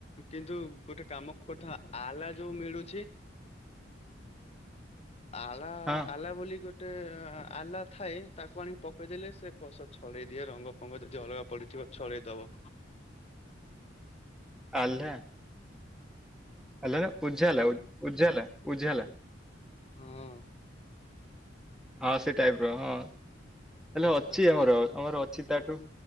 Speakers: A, on the left (about 35°); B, in the centre.
A: କିନ୍ତୁ ଗୋଟେ କାମ କଥା ଆଲା ଯୋଉ ମିଳୁଛି। ଆଲା
B: ହଁ
A: ଆଲା ବୋଲି ଗୋଟେ ଆଲା ଥାଏ ତାକୁ ଆଣି ପକେଇଦେଲେ ସେ କସ ଛଳେଇ ଦିଏ ରଙ୍ଗ ଫଙ୍ଗ ଯଦି ।ଅଲଗା ପଡିଥିବ ଛଳେଇ ଦବ।
B: ଆହ୍ଲା। ଆଲା ନା ଉଜ୍ଜାଲା ଉଜ୍ଜାଲା ଉଜ୍ଜାଲା
A: ହଁ
B: ହଁ ସେ ଟାଇପ ର ହଁ। ହେଲେ ଅଛି
A: ତାକୁ
B: ଆମର ଆମର ଅଛି ତାଠୁ